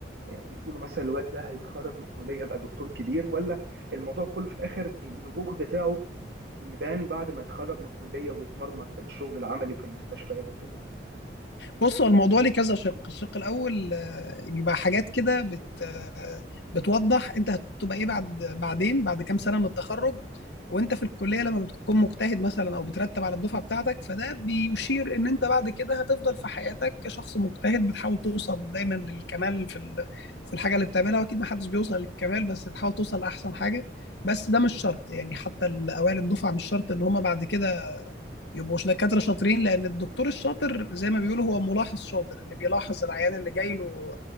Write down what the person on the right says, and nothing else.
آه، بتقولوا مثلا الواد ده هيتخرج من الكليه هيبقى دكتور كبير ولا الموضوع كله في الاخر النبوغ بتاعه بيبان بعد ما يتخرج من الكليه ويتمرمط في الشغل العملي في المستشفيات وكده